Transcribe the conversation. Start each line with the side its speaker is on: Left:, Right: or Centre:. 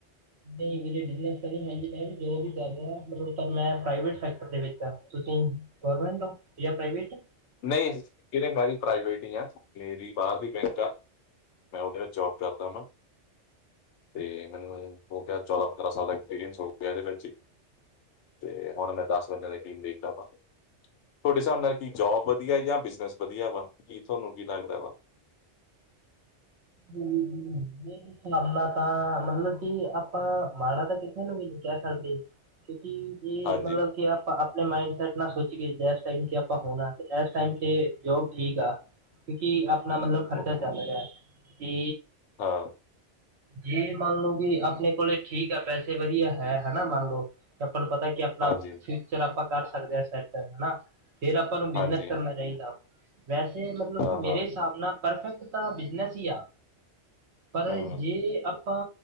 Right: ਨਹੀਂ ਮਰੇ ਬਿਜਨਸ ਤਾਂ ਨਹੀਂ ਹੈਗੀ। ਮੈਂ ਵੀ ਜੋਬ ਹੀ ਕਰ ਰਿਹਾ ਮਤਲਬ ਮੈਂ ਪ੍ਰਾਈਵੇਟ ਸੈਕਟਰ ਦੇ ਵਿੱਚ ਆ ਤੁਸੀਂ ਗੌਰਮੈਂਟ ਹੋ ਜਾਂ ਪ੍ਰਾਈਵੇਟ?
Left: ਨਹੀਂ ਜਹੜੇ ਮੈਂਰੀ ਪ੍ਰਾਈਵੇਟ ਹੀ ਆ ਮੇਰੀ ਬਾਹਰ ਦੀ ਬੈਂਕ ਆ। ਮੈਂ ਉਹਦੇ ਨਾਲ ਜੋਬ ਕਰਦਾ ਵਾਂ। ਤੇ ਮੈਨੂੰ ਉਹ ਕਿਹਾ ਚੋਦਾਂ ਪੰਦਰਾਂ ਸਾਲ ਦਾ ਐਕਸਪੀਰੀਅੰਸ ਹੋ ਗਿਆ ਇਹਦੇ ਵਿੱਚ ਤੇ ਹੁਣ ਮੈਂ ਦਸ ਬੰਦਿਆਂ ਦੀ ਟੀਮ ਦੇਖਤਾ ਆਪਾਵੇ ਤੁਹਾਡੇ ਹਿਸਾਬ ਨਾਲ ਕੀ ਜੋਬ ਵਧੀਆ ਜਾਂ ਬਿਜਨਸ ਵਧੀਆ ਵਾ ਕੀ ਤੁਹਾਨੂੰ ਕੀ ਲੱਗਦਾ ਵਾ।
Right: ਇਹ ਹਿਸਾਬ ਨਾਲ ਤਾਂ ਮਤਲਬ ਕਿ ਆਪਾਂ ਮਾੜਾ ਤਾਂ ਕਿਸੇ ਨੂੰ ਵੀ ਨੀ ਕਹਿ ਸਕਦੇ ਕਿਉਂਕਿ ਇਹ
Left: ਹਾਂਜੀ
Right: ਮਤਲਬ ਕਿ ਆਪਾਂ ਆਪਣੇ ਮਾਇਡ ਸੈਟ ਨਾਲ ਸੋਚ ਗਏ। ਜ ਟਾਈਮ ਤੇ ਆਪਾਂ ਹੋਣਾ ਇਸ ਟਾਈਮ ਤੇ ਜੋਬ ਠੀਕ ਆ ਕਿਉਂਕਿ ਆਪਣਾ ਮਤਲਬ ਖਰਚਾ
Left: ਓਕੇ
Right: ਚੱਲ ਰਿਹਾ ਤੇ
Left: ਹਾਂ
Right: ਜੇ ਮੰਨ ਲਓ ਕਿ ਆਪਣੇ ਕੋਲੇ ਠੀਕ ਆ ਪੈਸੇ ਵਧੀਆ ਹੈ ਹਨਾ ਮੰਨ ਲਓ ਆਪਾਂ ਨੂੰ ਪਤਾ ਕੀ ਆਪਣਾ
Left: ਹਾਂਜੀ
Right: ਫਿਊਚਰ ਆਪਾਂ ਕਰ ਸਕਦੇ ਹਾਂ ਸੈਟ ਹਨਾ। ਫੇਿਰ ਆਪਾਂ ਨੂੰ ਬਿਜਨਸ
Left: ਹਾਂਜੀ
Right: ਕਰਨਾ ਚਾਹੀਦਾ ਵੈਸੇ ਮਤਲਬ
Left: ਹਾਂ
Right: ਕਿ ਮੇਰੇ
Left: ਹਾਂ
Right: ਹਿਸਾਬ ਨਾਲ ਪਰਫੈਕਟ ਤਾਂ ਬਿਜਨੈਸ ਹੀ ਆ ਪਰ
Left: ਹੂੰ
Right: ਜੇ ਅ ਆਪਾਂ